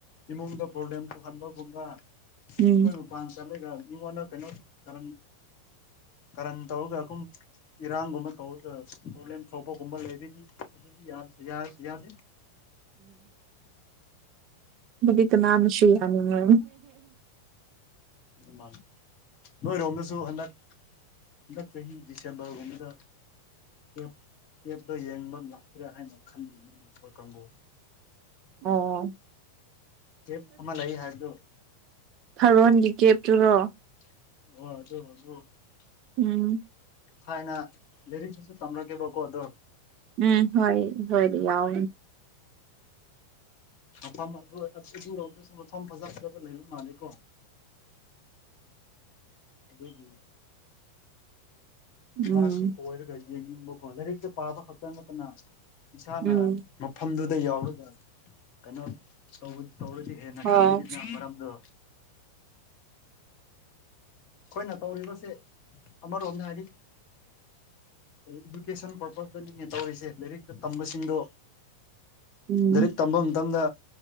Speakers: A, on the left; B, on the right.
A: ꯏꯃꯨꯡꯗ ꯄ꯭ꯔꯣꯕ꯭ꯂꯦꯝ ꯊꯣꯛꯧꯍꯟꯕꯒꯨꯝꯕ ꯑꯩꯈꯣꯏ
B: ꯎꯝ
A: ꯃꯄꯥꯟ ꯆꯠꯂꯒ ꯃꯤꯉꯣꯟꯗ ꯀꯩꯅꯣ ꯀ ꯀꯔꯟ ꯇꯧꯔꯒꯀꯨꯝ ꯏꯔꯥꯡꯒꯨꯝꯕ ꯄ꯭ꯔꯣꯕ꯭ꯂꯦꯝ ꯇꯧꯕꯒꯨꯝꯕ ꯂꯩꯔꯗꯤ ꯑꯗꯨꯗꯤ ꯌꯥꯗꯦ
B: ꯃ ꯀꯅꯥꯝ ꯁꯤꯌꯥꯅꯤ ꯃ
A: ꯃꯥ ꯅꯣꯏꯔꯣꯝꯗꯁꯨ ꯍꯟꯗꯛ ꯆꯍꯤ ꯆꯍꯤ ꯗꯤꯁꯦꯝꯕꯔꯒꯨꯝꯕꯗ ꯑꯦꯞ ꯑꯦꯞꯇꯣ ꯌꯦꯡꯕ ꯂꯥꯛꯇ꯭ꯔꯦ ꯍꯥꯏꯅ ꯈꯜꯂꯤ ꯃꯤ ꯑꯩꯈꯣꯏ ꯀꯥꯡꯕꯨ
B: ꯑꯣ
A: ꯀꯦꯞ ꯑꯃ ꯂꯩ ꯍꯥꯏꯕꯗꯣ
B: ꯐꯥꯔꯣꯟꯒꯤ ꯀꯦꯞꯇꯨꯔꯣ
A: ꯑꯣ ꯍꯧ ꯍꯧ
B: ꯎꯝ
A: ꯍꯥꯏꯅ ꯂꯩꯦꯔꯤꯁꯤꯁꯨ ꯇꯝꯂꯛꯒꯦꯕꯀꯣ ꯑꯗꯣ
B: ꯎꯝ ꯍꯣꯏ ꯍꯣꯏꯗꯤ ꯌꯥꯎ
A: ꯑꯗꯨ ꯨꯔꯣ ꯑꯝꯗ ꯁꯨꯝꯝ ꯐꯖ꯭ꯔꯕ ꯂꯩꯕ ꯃꯥꯜꯂꯦꯀꯣ ꯑꯗꯨ ꯎ
B: ꯎꯝ
A: ꯔ ꯀꯔꯒꯣꯖꯔꯛꯇ ꯄꯥꯕ ꯈꯛꯇꯪ ꯅꯠꯇꯅ ꯏꯁꯥꯅ
B: ꯎꯝ
A: ꯃꯐꯝꯗꯨꯗ ꯌꯥꯎꯔꯒ ꯀꯩꯅꯣ ꯇꯧꯕ ꯧꯗꯤꯦꯟꯅ
B: ꯍꯣꯏ
A: ꯈꯟꯗꯅ ꯃꯔꯔꯝꯗ ꯑꯩꯈꯣꯏꯅ ꯇꯧꯔꯤꯕꯁꯦ ꯑꯃꯔꯣꯝꯗ ꯍꯥꯏꯔꯤ ꯏꯗꯨꯀꯦꯁꯟ ꯄꯔꯄꯁꯇꯅꯤꯉ ꯇꯧꯔꯤꯁꯦ ꯂꯥꯏꯔꯤꯛꯇ ꯇꯝꯕꯁꯤꯡꯗꯣ
B: ꯎꯝ
A: ꯂꯥꯏꯔꯤꯛ ꯇꯝꯕ ꯃꯇꯝꯗ